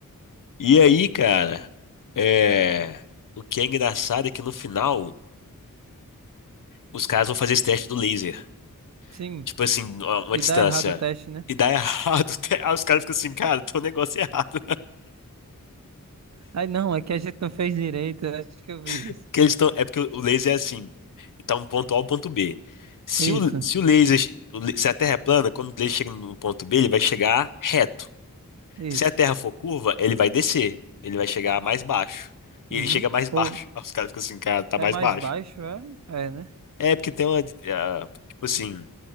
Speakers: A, on the left; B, on the right.
A: E aí, cara, é... o que é engraçado é que no final os caras vão fazer esse teste do laser.
B: Sim,
A: Tipo assim, a uma
B: e
A: distância.
B: dá errado o teste, né?
A: E dá errado. <laughs> Aí os caras ficam assim, cara, tem um negócio errado.
B: Ai, não, é que a gente não fez direito, eu acho que eu vi
A: <laughs>
B: isso.
A: Porque eles estão. É porque o laser é assim. Tá um ponto A ao ponto B. Se
B: Isso,
A: o, se o laser. o la- Se a Terra é plana, quando o laser chega no ponto B, ele vai chegar reto.
B: isso.
A: Se a Terra for curva, ele vai descer. Ele vai chegar mais baixo. E
B: Uhum.
A: ele chega mais <laughs> baixo.
B: Ou
A: Aí os caras ficam assim, cara, tá
B: é
A: mais
B: mais
A: baixo.
B: baixo, é? É, né?
A: É porque tem uma. ah, tipo assim.